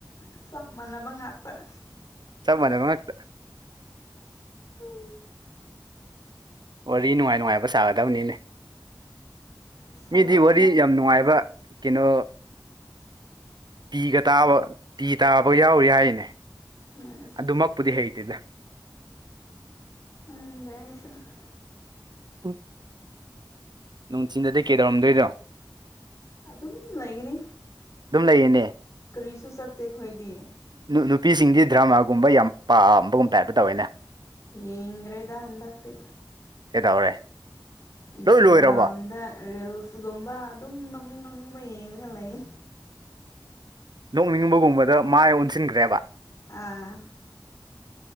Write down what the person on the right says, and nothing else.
ꯆꯞ ꯃꯥꯟꯕ ꯉꯥꯛꯇ
ꯋꯥꯔꯤ ꯅꯨꯡꯉꯥꯏ-ꯅꯨꯡꯉꯥꯏꯕ ꯁꯥꯒꯗꯕꯅꯤꯅꯦ
ꯃꯤꯗꯤ ꯋꯥꯔꯤ
ꯌꯥꯝ ꯅꯨꯡꯉꯥꯏꯕ ꯀꯩꯅꯣ ꯄꯤꯒ ꯇꯥꯕ ꯄꯤ ꯇꯥꯕ ꯌꯥꯎꯔꯤ ꯍꯥꯏꯅꯦ
ꯑꯗꯨꯃꯛꯄꯨꯗꯤ ꯍꯩꯇꯦꯗ
ꯎ ꯅꯨꯡꯊꯤꯟꯗꯗꯤ ꯀꯩꯗꯧꯔꯝꯗꯣꯏꯅꯣ
ꯑꯗꯨꯝ ꯂꯩꯌꯦꯅꯦ
ꯅꯨꯄꯤꯁꯤꯡꯗꯤ ꯗ꯭ꯔꯃꯥꯒꯨꯝꯕ ꯌꯥꯝ ꯄꯥꯝꯕꯒꯨꯝꯕ ꯇꯥꯏꯞꯇ ꯇꯧꯋꯦꯅꯦ
ꯀꯩꯗꯧꯔꯦ
ꯂꯣꯏ ꯂꯣꯏꯔꯕꯣ
ꯅꯣꯛꯅꯤꯡꯕꯒꯨꯝꯕꯗ ꯃꯥꯏ ꯑꯣꯟꯁꯤꯟꯈ꯭ꯔꯦꯕ